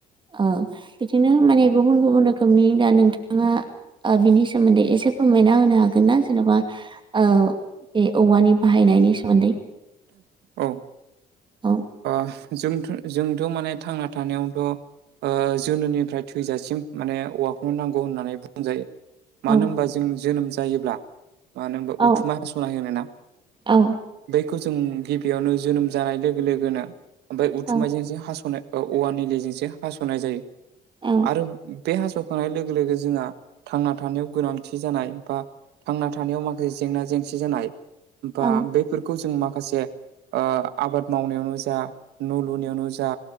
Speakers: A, on the right; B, on the right.
A: ओ बिदिनो माने गुबुन गुबुन रोखोमनि दा नोंथाङा आ बिनि सोमोन्दै एसे फोरमायना होनो हागोन ना जेन'बा आव बे औवानि बाहायनायनि सोमोन्दै?
B: औ
A: औ
B: आ जोंथ' जोंथ' माने थांना थानायावथ' ओ जोनोनिफ्राय थैजासिम माने औवाखौनो नांगौ होननानै बुंजायो। मानो
A: औ
B: होमबा जों जोनोम जायोब्ला मानो होमबा उथुमा
A: औ
B: हास'नाय होनोना
A: औ
B: बैखौ जों गिबियावनो जोनोम जानाय लोगो लोगोनो ओमफाय उथुमायजों
A: औ
B: जे हास'नो औ औवानि निलिजोंसो हास'नाय जायो
A: औ
B: आरो बे हास'खांनाय लोगो लोगो जोंहा थांना थानायाव गोनांथि जानाय बा थांना थानायाव माखासे जेंना जेंसि जानाय बा
A: औ
B: बेफोरखौ जों माखासे ओ आबाद मावनायावनो जा न' लुनायावनो जा